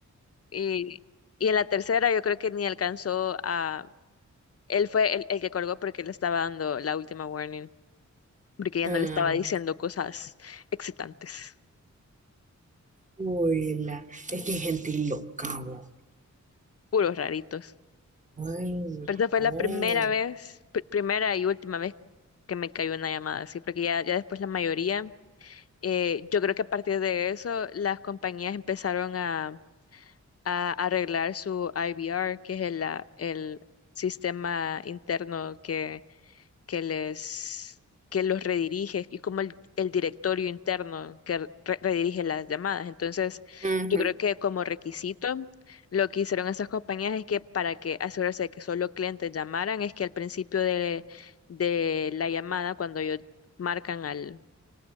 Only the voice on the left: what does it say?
Y, y en la tercera yo creo que ni alcanzó a, él fue el, el que colgó porque le estaba dando la última warning porque ya
no le estaba diciendo cosas excitantes,
puros raritos.
Pero esta fue
la primera vez, pr- primera y última vez que me cayó una llamada así, porque ya, ya después la mayoría, eh, yo creo que a partir de eso las compañías empezaron a, a arreglar su IVR, que es el, la- el sistema interno que les, que los redirige, y como el, el directorio interno que re- redirige las llamadas. Entonces,
yo creo que como requisito, lo que hicieron esas compañías es que para que asegurarse de que solo clientes llamaran, es que al principio de, de la llamada, cuando ellos marcan al,